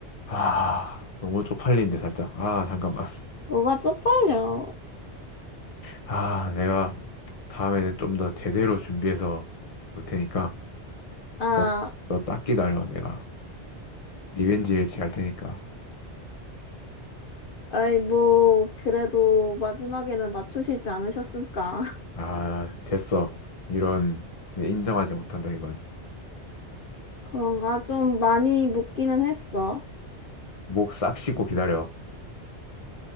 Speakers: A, on the left (about 35°); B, on the left (about 55°).
A: 아, 너무 쪽팔리는데, 살짝. 아, 잠깐만.
B: 뭐가 쪽팔려.
A: 아, 내가 다음에는 좀 더 제대로 준비해서 올 테니까,
B: 아,
A: 너, 너 딱 기다려, 내가. 리벤지 매치 갈 테니까.
B: 아이 뭐 그래도 마지막에는 맞추시지 않으셨습니까? <laughs>
A: 아, 됐어. 이런, 네, 인정하지 못한다, 이건.
B: 그런가 좀 많이 묻기는 했어.
A: 목 싹 씻고 기다려.